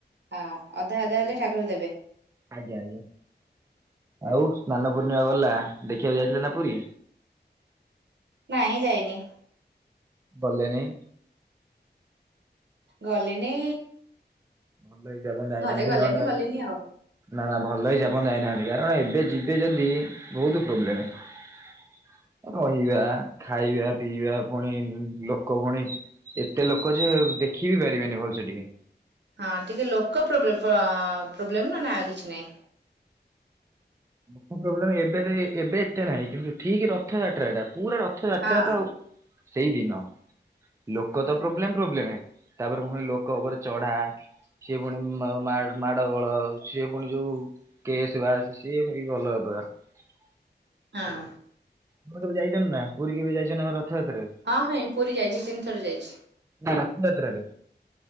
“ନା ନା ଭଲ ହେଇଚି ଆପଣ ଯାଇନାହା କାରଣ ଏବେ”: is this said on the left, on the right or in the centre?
Right